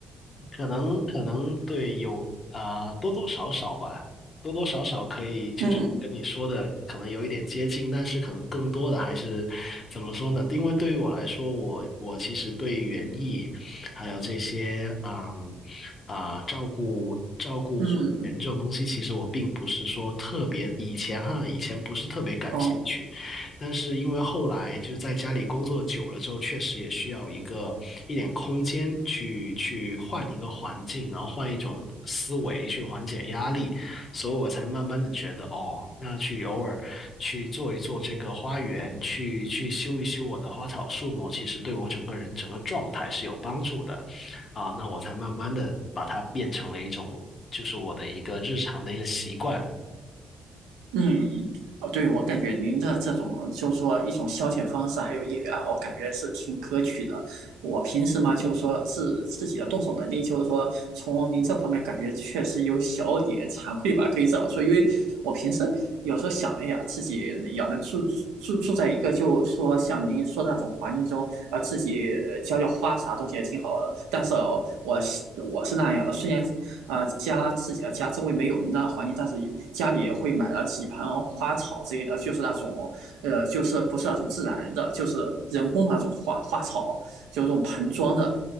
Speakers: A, on the left; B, on the right.
A: 可能可能对有啊、多多少少吧，多多少少可以就是跟你说的可能有一点接近，
B: 嗯
A: 但是可能更多的还是怎么说呢？因为对于我来说，我我其实对园艺还有这些嗯啊、照顾照顾花园这种东西，
B: 嗯
A: 其实我并不是说特别以前哈，以前不是特别感兴趣。
B: 嗯，
A: 但是因为后来就是在家里工作久了之后，确实也需要一个一点空间去去换一个环境，然后换一种思维去缓解压力，所以我才慢慢的觉得哦，那去偶尔去做一做这个花园，去去修一修我的花草树木，其实对我整个人整个状态是有帮助的啊，那我才慢慢的把它变成了一种就是我的一个日常的一个习惯，
B: 嗯，哦，对，我感觉您的这种就是说一种消遣方式，还有业余爱好，我感觉是挺可取的。我平时嘛，就是说自自己的动手能力，就是说从您这方面感觉确实有小点惭愧吧，可以这样说。因为我平时有时候想，哎呀，自己要能住住住在一个，就是说像您说那种环境中，呃，自己浇浇花啥东西也挺好的但是哦我是我是那样的，虽然啊、呃家自己的家周围没有那环境，但是家里也会买了几盆花草之类的，就是那种呃，就是不是那种自然的，就是人工的那种花花草，就是这种盆装的。